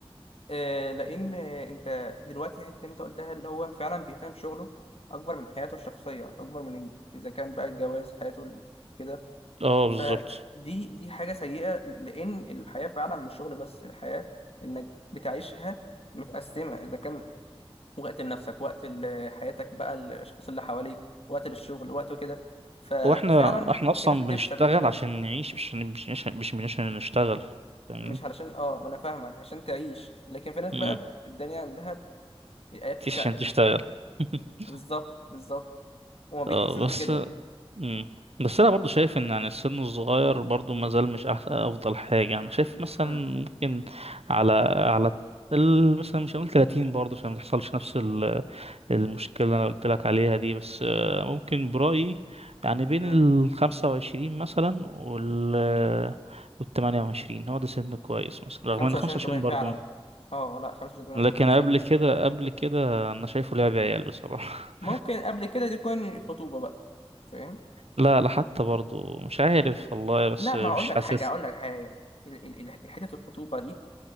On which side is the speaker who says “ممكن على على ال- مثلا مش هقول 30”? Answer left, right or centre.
Right